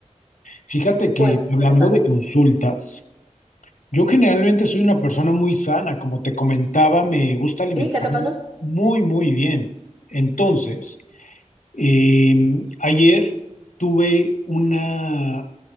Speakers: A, on the left (about 80°); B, on the right (about 55°).
A: Fíjate que
B: Bueno,
A: hablando
B: ¿qué te pasó?
A: de consultas, yo generalmente soy una persona muy sana, como te comentaba, me gusta
B: Sí,
A: alimentarme
B: ¿qué te pasó?
A: muy, muy bien. Entonces... Eh, ayer tuve una